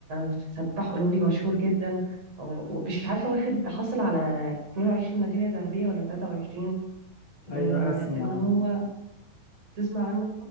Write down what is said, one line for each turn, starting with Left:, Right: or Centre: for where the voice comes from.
Right: سباح اولمبي مشهور جدا هو- ومش عارفه واخد حصل على 22 ميداليه ذهبيه ولا 23 وان
Left: ايوه اسمع
Right: هو
Left: عن
Right: تسمع عنه